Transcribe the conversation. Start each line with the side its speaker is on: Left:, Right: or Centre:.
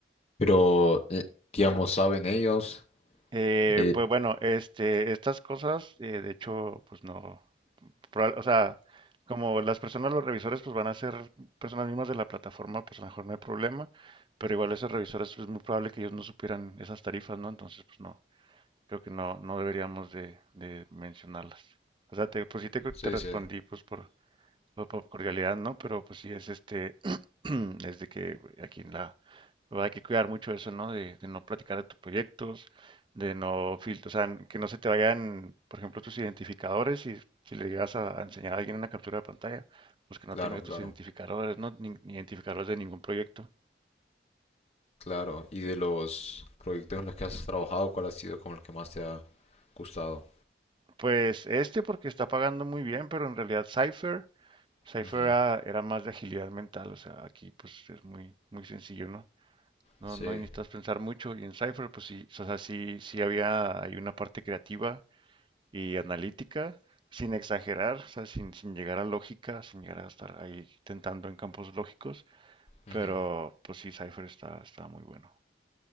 Left: Pero, eh, digamos, ¿saben ellos?
Right: Eh,
Left: Eh,
Right: pues bueno, este, estas cosas, eh, de hecho, pues no, proba- o sea, como las personas, los revisores, pues van a ser personas mismas de la plataforma, pues a lo mejor no hay problema, pero igual esos revisores, pues es muy probable que ellos no supieran esas tarifas, ¿no? Entonces, pues no, creo que no, no deberíamos de, de mencionarlas. O sea, te- pues sí te, te
Left: sí,
Right: respondí,
Left: sí,
Right: pues por, por, por cordialidad, ¿no? Pero pues sí es este, <clears throat> es de que aquí en la, hay que cuidar mucho eso, ¿no? De, de no platicar de tus proyectos, de no filtrar, o sea, que no se te vayan, por ejemplo, tus identificadores y si le llegas a, a enseñar a alguien una captura de pantalla, pues que no
Left: claro,
Right: tenga
Left: claro,
Right: tus identificadores, ¿no? Ni, ni identificadores de ningún proyecto.
Left: claro. Y de los proyectos en los que has trabajado, ¿cuál ha sido como el que más te ha gustado?
Right: Pues este porque está pagando muy bien, pero en realidad Cypher, Cypher
Left: Ujú,
Right: era, era más de agilidad mental, o sea, aquí pues es muy, muy sencillo, ¿no? No,
Left: Sí,
Right: no necesitas pensar mucho. Y en Cypher, pues sí, o sea, sí, sí había hay una parte creativa y analítica, sin exagerar, o sea, sin, sin llegar a lógica, sin llegar a estar ahí tentando en campos lógicos. Pero
Left: ujú.
Right: pues sí, Cypher está, está muy bueno.